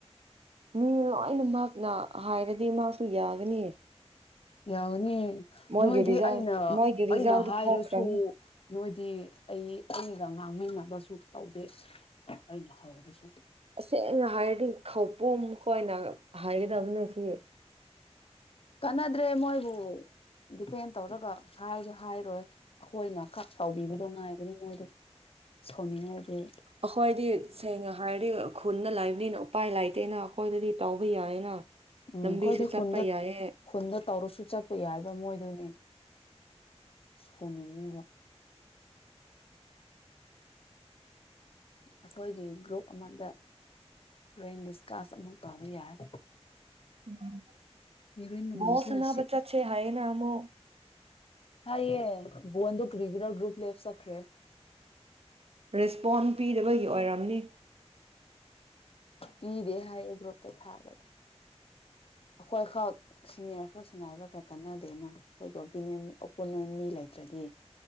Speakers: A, on the right; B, on the left.
A: ꯃꯤ ꯂꯣꯏꯅ ꯃꯍꯥꯛꯅ ꯍꯥꯏꯔꯗꯤ ꯃꯍꯥꯛꯁꯨ ꯌꯥꯒꯅꯤ
B: ꯌꯥꯎꯅꯤ
A: ꯃꯣꯏꯒꯤ
B: ꯅꯣꯏꯗꯤ
A: ꯔꯤꯖꯜ
B: ꯑꯩꯅ
A: ꯃꯣꯏꯒꯤ ꯔꯤꯖꯜꯗꯤ
B: ꯑꯩꯅ ꯍꯥꯏꯔꯁꯨ
A: ꯊꯣꯛꯈ꯭ꯔꯅꯤ
B: ꯅꯣꯏꯗꯤ ꯑꯩ ꯉꯥꯡꯃꯤꯟꯅꯕꯁꯨ ꯇꯧꯗꯦ ꯑꯩꯅ ꯍꯧꯔꯁꯨ
A: ꯇꯁꯦꯡ ꯅ ꯍꯥꯏꯗꯤ ꯈꯧꯄꯨꯝ ꯑꯩꯈꯣꯏꯅ ꯍꯥꯏꯒꯗꯕꯅꯦ ꯁꯤ
B: ꯀꯥꯟꯅꯗ꯭ꯔꯦ ꯃꯣꯏꯕꯨ ꯗꯤꯄꯦꯟ ꯇꯧꯔꯒ ꯍꯥꯏ ꯍꯥꯏꯔꯣꯏ ꯑꯩꯈꯣꯏꯅ ꯈꯛ ꯇꯧꯕꯤꯕꯗꯣ ꯉꯥꯏꯕꯅꯦ ꯃꯣꯏꯗꯣ ꯁꯥꯎꯅꯤꯡꯉꯗꯤ
A: ꯑꯩꯈꯣꯏꯗꯤ ꯁꯦꯡꯅ ꯍꯥꯏꯔꯗꯤ ꯈꯨꯗ ꯂꯥꯛꯏꯕꯅꯤꯅ ꯎꯄꯥꯏ ꯂꯩꯥꯏꯇꯦꯅ ꯑꯩꯈꯣꯏꯗꯗꯤ ꯇꯥꯎꯕ ꯌꯥꯏꯌꯦꯅ
B: ꯎꯝ
A: ꯂꯝꯕꯤꯁꯨ
B: ꯀꯣꯏꯗꯤ
A: ꯆꯠꯄ
B: ꯈꯨꯟꯗ
A: ꯌꯥꯏꯌꯦ
B: ꯈꯨꯟꯗ ꯇꯧꯔꯁꯨ ꯆꯠꯄ ꯌꯥꯏꯕ ꯃꯣꯏꯗꯨꯗ ꯁꯥꯎꯅꯤꯡꯉꯦꯕ ꯑꯩꯈꯣꯏꯒꯤ ꯒ꯭ꯔꯨꯞ ꯑꯃꯗ ꯔꯦꯡ ꯂꯤꯁ ꯀꯥꯁ ꯑꯃꯛ ꯇꯧꯕ ꯌꯥꯏ
A: ꯎꯝ
B: ꯍꯦꯔꯣꯏꯟ ꯃꯅꯝꯁꯤꯅ
A: ꯕꯣꯜ ꯁꯥꯟꯅꯕ
B: ꯁꯤꯠꯂꯦ
A: ꯆꯠꯁꯦ ꯍꯥꯏ ꯅ ꯑꯃꯨꯛ
B: ꯍꯌꯦ ꯕꯣꯟꯗꯣ ꯀꯔꯤꯒꯔꯥ ꯒ꯭ꯔꯨꯞ ꯂꯦꯞ ꯆꯠꯈ꯭ꯔꯦ
A: ꯔꯦꯁꯄꯣꯟ ꯄꯤꯗꯕꯒꯤ ꯑꯣꯏꯔꯝꯅꯤ
B: ꯄꯤꯗꯦ ꯍꯥꯏꯌꯦ ꯒ꯭ꯔꯨꯞꯇ ꯊꯥꯒꯒ ꯑꯩꯈꯣꯏꯈꯛ ꯁꯤꯅꯤꯌꯔ ꯁꯅꯔ ꯀꯅꯥ ꯗꯅ ꯑꯩꯈꯣꯏꯒꯤ ꯑꯣꯄꯤꯅꯤꯌꯟ ꯑꯣꯄꯣꯅꯦꯟ ꯃꯤ ꯂꯩꯇ꯭ꯔꯗꯤ